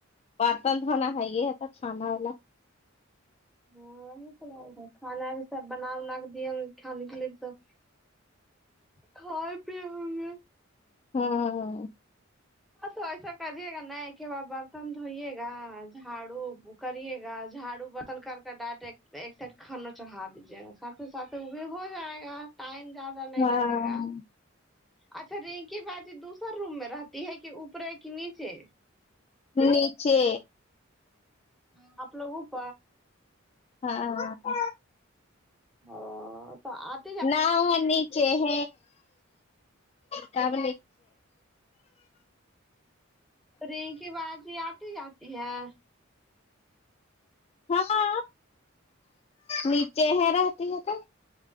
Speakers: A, on the left (about 30°); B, in the centre.
A: برتن دھونا ہے یہ یہ تو کھانا والا
B: ہاں وہی س کانا بھی سب بنا ونا کے دیا کانے کے لیے بھی سب کھائے پی ہوئے
A: ہاں
B: تو ایسا کریے گا ن کے با برتن دھوئیے گا جھاڑو کریے گا جھاڑو برتن کر کے ڈٹ ایک سائڈ کھانا چڑھا ا ساتھ ساتھ وہ بھی ہو جائے گا ٹائم زیادہ نہیں
A: ہاں
B: لگے گا اچھا رینکی بازی دوسر روم میں رہتی ہے کہ اوپرے کہ نیچے
A: نیچے
B: ہاں اپپ لگ اوپ
A: ہاں
B: ہاں تو آج
A: ن وہ نیچے ہ ک ب
B: رینک کی بازی آتی جاتی ہے
A: ہاں نیچے ہے رہتی ہے تو